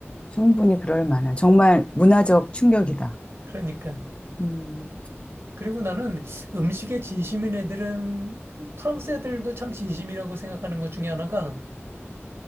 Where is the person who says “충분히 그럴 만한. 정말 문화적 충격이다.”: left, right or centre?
Left